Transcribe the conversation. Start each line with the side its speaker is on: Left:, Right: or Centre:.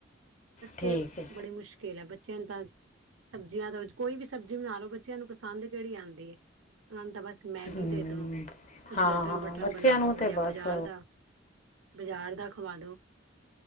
Right: ਬੱਚੇ
Left: ਠੀਕ ਹੈ
Right: ਬੜੀ ਮੁਸ਼ਕਿਲ ਹੈ ਬੱਚੇ ਬੱਚਿਆਂ ਨੂੰ ਤਾਂ ਸਬਜ਼ੀਆਂ ਦਾ ਕੋਈ ਵੀ ਸਬਜ਼ੀ ਬਣਾ ਲਓ ਬੱਚਿਆਂ ਨੂੰ ਪਸੰਦ ਕਿਹੜੀ ਆਉਂਦੀ ਹੈ ਉਹਨਾਂ ਨੂੰ ਤਾਂ ਬਸ ਮੈਗੀ
Left: ਹਮ
Right: ਦੇ ਦੋ ਕੁਛ
Left: ਹਾਂ
Right: ਲਟਰਾਂ
Left: ਹਾਂ
Right: ਪਟਰਾਂ
Left: ਬੱਚਿਆਂ
Right: ਬਣਾ
Left: ਨੂੰ
Right: ਦੋ
Left: ਤੇ
Right: ਜਾਂ
Left: ਬਸ
Right: ਬਜ਼ਾਰ ਦਾ ਬਜ਼ਾਰ ਦਾ ਖਵਾ ਦੋ।